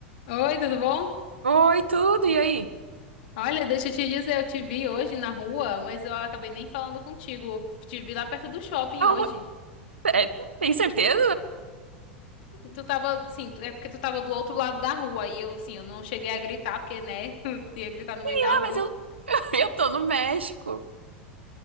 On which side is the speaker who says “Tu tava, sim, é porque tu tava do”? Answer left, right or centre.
Left